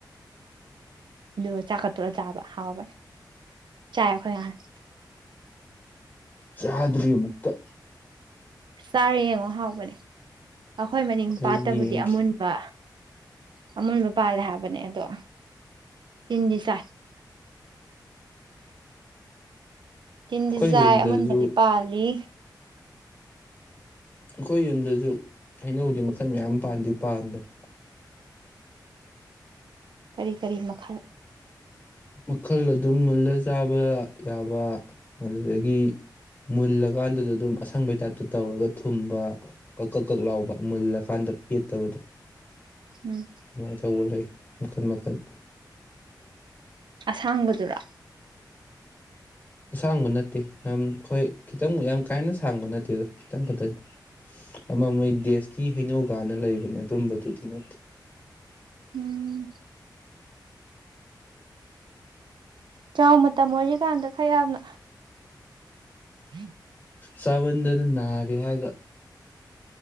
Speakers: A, on the right; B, on the left.
A: ꯑꯗꯨꯒ ꯆꯥꯈꯠꯇꯔ ꯆꯥꯕ ꯍꯥꯎꯕꯅꯦ ꯆꯥꯏ ꯑꯩꯈꯣꯏ ꯉꯥꯏꯍꯥꯟ
B: ꯆꯥꯗꯔꯤꯌ ꯃꯨꯛꯇ
A: ꯆꯥꯔꯦ ꯌꯦꯡꯉꯣ ꯍꯥꯎꯕꯅꯦ ꯑꯩꯈꯣꯏ ꯃꯅꯤꯡ
B: ꯑꯩꯈꯣꯏ
A: ꯄꯥꯠꯇꯕꯨꯗꯤ
B: ꯌꯦꯡꯈꯤ
A: ꯑꯃꯨꯟꯕ ꯑꯃꯨꯟꯕ ꯄꯥꯜꯂꯦ ꯍꯥꯏꯕꯅꯦ ꯑꯗꯣ ꯇꯤꯟꯗꯤ ꯆꯥꯏ ꯇꯤꯟꯗꯤ
B: ꯑꯩꯈꯣꯏ
A: ꯆꯥꯏ
B: ꯌꯨꯝꯗꯁꯨ
A: ꯑꯃꯟꯕꯗꯤ ꯄꯥꯜꯂꯤ
B: ꯑꯩꯈꯣꯏ ꯌꯨꯝꯗꯁꯨ ꯍꯩꯅꯧꯗꯤ ꯃꯈꯜ ꯃꯌꯥꯝ ꯄꯥꯟꯗꯤ ꯄꯥꯟꯕꯅꯤ
A: ꯀꯔꯤ ꯀꯔꯤ ꯃꯈꯜ
B: ꯃꯈꯜ ꯑꯗꯨꯝ ꯃꯨꯜꯂ ꯆꯥꯕ ꯌꯥꯕ ꯑꯗꯨꯗꯒꯤ ꯃꯨꯜꯂꯀꯥꯟꯗꯁꯨ ꯑꯗꯨꯝ ꯑꯁꯪꯕꯩ ꯇꯥꯏꯞꯇ ꯇꯧꯔꯒ ꯊꯨꯝꯕ ꯀꯛ ꯀꯛ ꯀꯛ ꯂꯥꯎꯕ ꯃꯨꯜꯂꯀꯥꯟꯗ ꯄꯦꯠꯇꯕꯗꯣ
A: ꯎꯝ
B: ꯃꯥꯏꯅ ꯇꯧꯕ ꯂꯩ ꯃꯈꯜ ꯃꯈꯜ
A: ꯑꯁꯥꯡꯕꯗꯨꯔ
B: ꯑꯁꯥꯡꯕ ꯅꯠꯇꯦ ꯌꯥꯝ ꯍꯣꯏ ꯈꯤꯇꯪ ꯌꯥꯝ ꯀꯥꯏꯅ ꯁꯥꯡꯕ ꯅꯠꯇꯦ ꯑꯗꯣ ꯈꯤꯇꯪ ꯈꯛꯇꯪ ꯑꯃ ꯃꯣꯏ ꯗꯦꯁꯀꯤ ꯍꯩꯅꯧꯒꯥꯟꯅ ꯂꯩꯕꯅꯦ ꯑꯗꯨꯝꯕꯗꯨꯗꯤ ꯅꯠꯇꯦ
A: ꯎꯝ ꯆꯥꯎ ꯃꯇꯝ ꯑꯣꯏꯔꯤꯀꯥꯟꯗ ꯈꯔ ꯌꯥꯝꯅ ꯍꯝ
B: ꯁꯕꯟꯗꯅꯅꯥꯔ ꯍꯥꯏꯒ